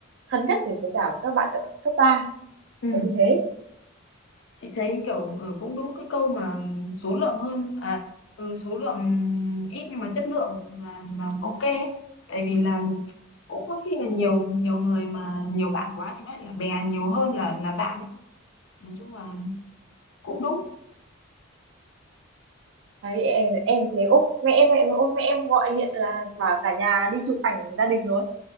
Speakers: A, on the right (about 60°); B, on the left (about 60°).
A: thân nhất thì với cả các bạn cấp cấp ba
B: ừ
A: là như thế
B: chị thấy kiểu ừ, cũng đúng cái câu mà số lượng hơn à ừ, số lượng ít nhưng mà chất lượng là là ok ấy. tại vì là cũng có khi là nhiều nhiều người mà nhiều bạn quá thì nó lại là bè nhiều hơn là là bạn ấy nói chung là cũng đúng
A: đấy em em thế ốp mẹ em mẹ em ốp mẹ em gọi điện là bảo cả nhà đi chụp ảnh gia đình rồi